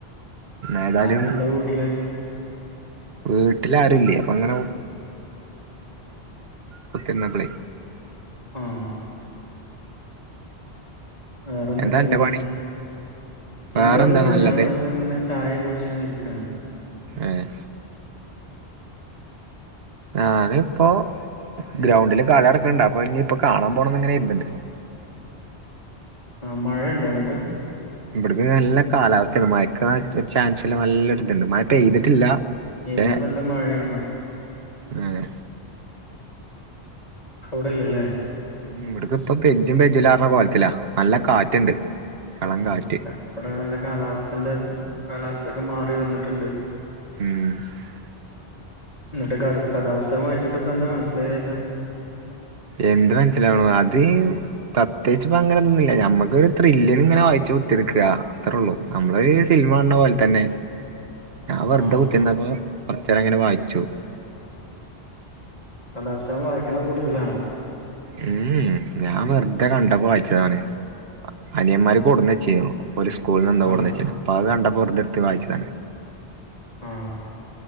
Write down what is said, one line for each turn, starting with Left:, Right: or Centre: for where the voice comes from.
Right: ഏതായാലും
Left: ആരാള്ള വീട്ടില്
Right: വീട്ടിൽ ആരുംയില്ലേ അപ്പൊ അങ്ങനെ കുത്തി ഇരുന്നപ്പളെ
Left: ആഹ് വേറെ എന്തൊക്കെയാ
Right: എന്താ അന്റെ
Left: പിന്നെ,
Right: പണി വേറെന്താ
Left: എന്റെ <unintelligible> ണന്താ
Right: നല്ലത്
Left: ഞാൻ വെറുതെ ഇങ്ങനെ ചായ കുടിച്ചങ്ങനെ ഇരിക്കുകയാണ്
Right: ആഹ് ഞാനിപ്പോ ഗ്രൗണ്ടില് കളി നടക്കണ്ട് അപ്പൊ ഇനി ഇപ്പൊ കാണാൻ പോകണം എന്ന് ഇങ്ങനെ ഇണ്ട്
Left: ആഹ മഴയ ഉണ്ടോ ഇങ്ങോട്ട്
Right: ഇവിടെക്കെ നല്ല കാലാവസ്ഥയാണ് മഴയക്ക് ചാൻസ്ല്ലാം നല്ലൊരിതുണ്ട് മയ പെയ്തിട്ടില്ല
Left: ഇവിടെ
Right: ഏഹ്
Left: നല്ല മഴയാണ്
Right: ഉം
Left: അവിടെ ഇല്ലയല്ലേ
Right: ഉം, ഇവിടെക്ക ഇപ്പ പെയ്യും പെയ്യും എന്ന കോലത്തില നല്ല കാറ്റുണ്ട്. എളം
Left: ഉം
Right: കാറ്റ്
Left: ഇവിടെ നല്ല കാലാവസ്ഥ ഉണ്ട് കാലാവസ്ഥൊക്കെ മാറി വന്നിട്ടുണ്ട്
Right: ഉം
Left: എന്നിട്ട് ക, കഥാപുസതകം വായിച്ചിട്ട് ഇപ്പ എന്താ മനസ്സിലായത് അതീന്
Right: എന്ത് മനസ്സിലാവണം, അത്- പ്രത്യേകിച്ച് ഇപ്പൊ അങ്ങനെൊന്നുമില്ല ഞമ്മക്കൊ ഒരു ത്രില്ലിന് ഇങ്ങനെ വായിച്ചോണ്ടിരിക്കുവാ അത്രേള്ളൂ നമ്മള് ഈ സിനിമ കണ്ട പോലെ തന്നെ ഞാൻ വെറുതെ
Left: ആഹ്
Right: കുത്തിന്നപ്പോ കൊറച്ച് നേരം അങ്ങനെ വായിച്ചു
Left: കഥാ പുസ്തകം വായിക്കണ കൂട്ടതിലാണോ
Right: ഉം, ഞാൻ വെറുതെ കണ്ടപ്പോ വായിച്ചതാണ് അനിയന്മാര് കൊണ്ടുവന്നു വെച്ചെന്നു ഒരു സ്കൂളിൽ നിന്ന് എന്തോ
Left: ആഹ്
Right: കൊണ്ട് വന്ന് വെചേനു അപ്പ അത് കണ്ടപ്പോ വെറുതെ എടുത്ത് വായിച്ചതാണ്.
Left: ആഹ